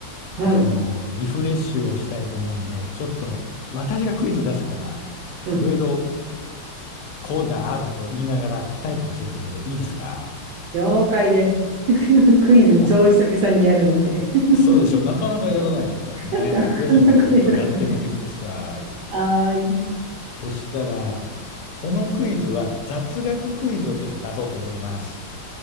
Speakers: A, on the left; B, on the right.
A: あの、
B: うん、
A: リフレッシュをしたいと思うんで、ちょっと私がクイズ出すから、
B: うん。
A: いろいろこうだ、ああだと言いながら答えてほしいんだけど、いいですか
B: 了解です。<laughs> クイズ超久々にやるので。
A: お、
B: <laughs>
A: そうでしょう。なかなかやらないからね。
B: うんなかなかやらない。
A: ぜひちょっとやってみてください。
B: はーい。
A: そしたら、このクイズは雑学クイズをちょっと出そうと思います。